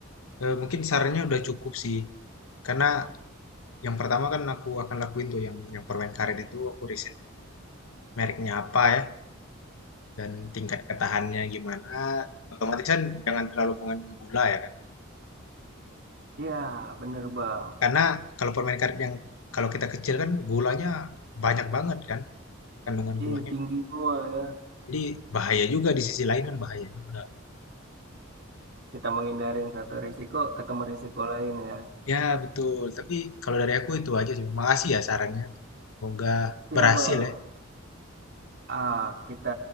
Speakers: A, on the left; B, on the right.
A: Eh, mungkin sarannya udah cukup sih. Karena yang pertama kan aku akan lakuin tuh yang yang permen karet itu aku riset dulu mereknya apa ya dan tingkat ketahannya gimana. Otomatis kan jangan terlalu mengandung gula ya kan.
B: Ya bener Bang.
A: Karena kalau permen karet yang kalau kita kecil kan gulanya banyak banget kan kandungan
B: Ih,
A: gulanya.
B: tinggi semua ya.
A: Jadi bahaya juga di sisi lain kan bahaya juga.
B: Kita menghindarin satu risiko, ketemu risiko lain ya.
A: Ya betul, tapi kalau dari aku itu aja sih. Makasih ya sarannya. Semoga
B: Ya
A: berhasil
B: Bang.
A: ya.
B: Ah, kita